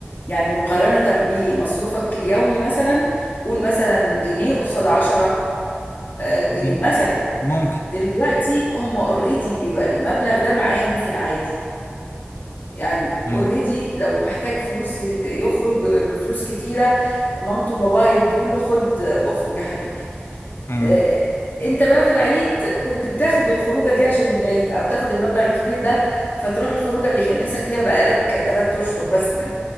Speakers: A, on the left; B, on the left.
A: يعني مقارنة بمصروفك اليومي مثلا قول مثلا جنيه قصاد عشرة آه، جنيه
B: مم.
A: مثلا
B: ممكن
A: دلوقتي هم اوريدي بيبقى المبلغ ده معاهم في العادي يعني
B: مم.
A: اوريدي لو محتاج فلوس ي- يخرج ب- بفلوس كتيرة مامته وباباه هيدوله خد اخرج يا حبيبي
B: مم.
A: آه، انت بقى في العيد كنت بتاخد الخروجة دي عشان العيد او تاخد المبلغ الكبير ده فتروح الخروجة اللي كان نفسك فيها بقالك ثلاث اشهر مثلا